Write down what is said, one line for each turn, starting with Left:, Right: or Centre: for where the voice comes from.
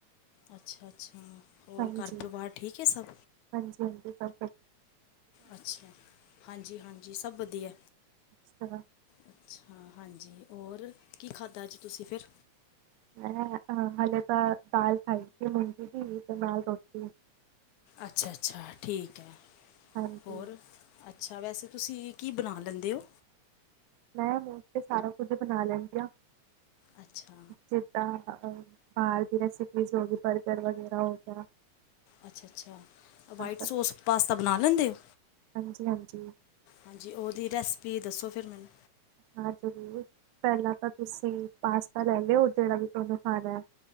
Left: ਅੱਛਾ-ਅੱਛਾ ਹੋਰ
Right: ਹਾਂਜੀ,
Left: ਘਰ ਪਰਿਵਾਰ ਠੀਕ ਹੈ ਸਭ
Right: ਹਾਂਜੀ-ਹਾਂਜੀ ਸ
Left: ਅੱਛਾ ਹਾਂਜੀ-ਹਾਂਜੀ ਸਭ ਵਧੀਆ
Right: ਅੱਛਾ,
Left: ਅੱਛਾ ਹਾਂਜੀ ਹੋਰ ਕੀ ਖਾਧਾ ਅੱਜ ਤੁਸੀਂ ਫਿਰ?
Right: ਮੈਂ ਹਲੇੇ ਤਾਂ ਦਾਲ ਖਾਈ ਸੀ ਮੁਗੀ ਦੀ ਤੇ ਨਾਲ ਰੋਟੀ
Left: ਅੱਛਾ-ਅੱਛਾ ਠੀਕ ਹੈ
Right: ਹਾਂਜੀ,
Left: ਹੋਰ? ਅੱਛਾ ਵੈਸੇ ਤੁਸੀਂ ਕੀ ਬਣਾ ਲੈਂਦੇ ਹੋ
Right: ਮੈਂ ਤੇ ਸਾਰਾ ਕੁੱਝ ਬਣਾ ਲੈਂਣਦੀ ਆ
Left: ਅੱਛਾ।
Right: ਜਿੱਦਾਂ ਬਾਹਰ ਦੀ ਰੈਸਿਪੀਜ਼ ਹੋ ਗੀ ਬਰਗਰ ਵਗੈਰਾ ਹੋ ਗਿਆ।
Left: ਅੱਛਾ-ਅੱਛਾ ਵਾਈਟ
Right: ਆ ਸਭ
Left: ਸੋਸ ਪਾਸਤਾ ਬਣਾ ਲੈਂਦੇ ਉਹ
Right: ਹਾਂਜੀ-ਹਾਂਜੀ
Left: ਹਾਂਜੀ ਉਹਦੀ ਰੈਸਪੀ ਦੱਸੋ ਫਿਰ ਮੈਨੂੰ
Right: ਹਾਂ ਜ਼ਰੂਰ ਪਹਿਲਾਂ ਤਾਂ ਤੁਸੀਂ ਪਾਸਤਾ ਲੈ ਲਿਓ ਜਿਹੜਾ ਵੀ ਤੁਹਾਨੂੰ ਖਾਣਾ ਹੈ।